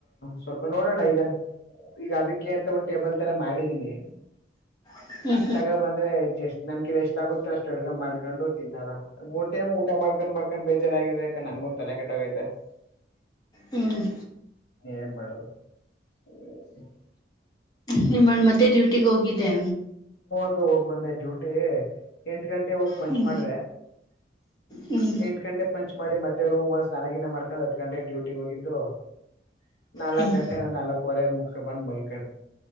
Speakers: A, on the left; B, on the left.
A: ಸ್ವಲ್ಪ ನೋಡೋಣ ಈಗ ಈಗ ಅದಕ್ಕೆಅಂತ ಒಂದು ಟೇಬಲ್ ತರ ಮಾಡಿದೀನಿ
B: ಹ್ಮ್ ಹ್ಮ್
A: ತಗೋ ಬಂದ್ರೆ ಜಸ್ ನನ್ಕಿ ರ ಎಷ್ಟ್ ಆಗುತ್ತೆ ಅಷ್ಟ್ ಅಡ್ಗ ಮಾಡ್ಕೊಂಡು ತಿನ್ನನ, ಮೂರ್ಟೈಮ್ ಊಟ ಮಾಡ್ಕೊಂಡ್ ಮಾಡ್ಕೊಂಡ್ ಬೇಜಾರಾಗಿದೆ ಕಣ, ನಂಗೂನ್ ತಲೆ ಕೆಟ್ಟಾಗೈತೆ.
B: ಹ್ಮ್ ಹ್ಮ್
A: ಏನ್ ಮಾಡದು <inaudible>
B: ನಿಮ್ಮ ಮಾಡ ಮತ್ತೆ ಡ್ಯೂಟಿಗೆ ಹೋಗಿದ್ದೆ.
A: ೋಗಬಂದ ್ಯೂಟಿ ಎಂಟ ಗಂಟೆ ಹೋಗಿ ಪಂಚ್
B: ಹ್ಞೂ
A: ಮಾಡ್ರೆ
B: ಹ್ಞೂ
A: ಎಂಟ ಗಂಟೆ ಪಂಚ್ ಮಾಡಿ ಮತ್ತೆ ರೂಮ್ ಸ್ಾನಗಿನ ಮಾಡ್ಕ್ ಹತ್ ಗಂಟೆ ಡ್ಯೂಟಿ ಹೋಗಿದ್ದು ನಾಲ್ಕ್
B: ಹ್ಞೂ
A: ಗಂಟೆ ನಾಲ್ಕುವರೆ ಮುಕ್ಸ ಬಂದ್ ಬಲ್ಕ <inaudible>